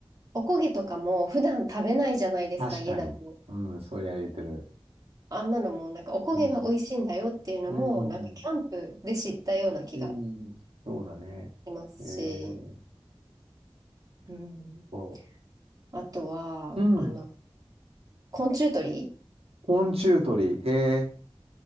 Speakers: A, on the right; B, on the right.
A: おこげとかも普段食べないじゃないですか、
B: 確かに。
A: 家だと。
B: うん、それは言えてる。
A: あんなのも、なんか、おこげが美味しいんだよっていうのも、
B: うん。う
A: なんか、キャンプで知ったような気が
B: ん。うん。そうだね。
A: しますし。
B: えー、
A: うん。
B: そ
A: あとは、
B: う。うん。
A: あの、昆虫取り
B: 昆虫取り。へえ。